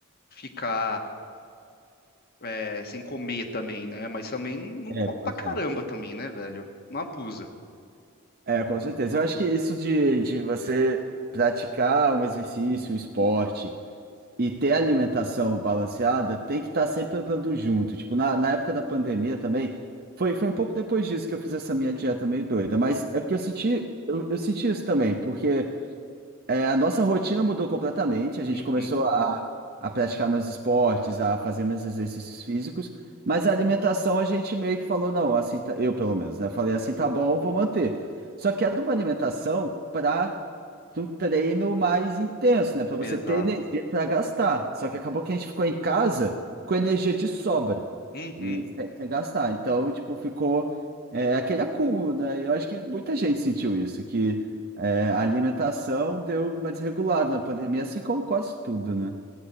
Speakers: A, on the left; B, on the right.
A: ficar é, sem comer também, né? Mas também não não
B: É,
A: come
B: pois
A: pra caramba
B: é.
A: também, né, velho? Não abusa.
B: É, com certeza. Eu acho que isso de, de você praticar um exercício, um esporte e ter alimentação balanceada tem que estar sempre andando junto. Tipo, na, na época da pandemia também, foi, foi um pouco depois disso que eu fiz essa minha dieta meio doida, mas é porque eu senti, eu, eu senti isso também, porque. É, a nossa rotina mudou completamente. A gente
A: Uhum,
B: começou a, a praticar meus esportes, a fazer meus exercícios físicos, mas a alimentação a gente meio que falou, não, assim tá, eu pelo menos, né? Falei assim, tá bom, vou manter. Só que era uma alimentação para de um treino mais intenso, né? Para você
A: exato.
B: ter energia para gastar. Só que acabou que a gente ficou em casa com energia de sobra
A: Uhum.
B: e sem, sem gastar. Então, tipo, ficou é, aquele acúmulo, né? E Eu acho que muita gente sentiu isso, que é, a alimentação deu uma desregulada na pandemia, assim como quase tudo, né?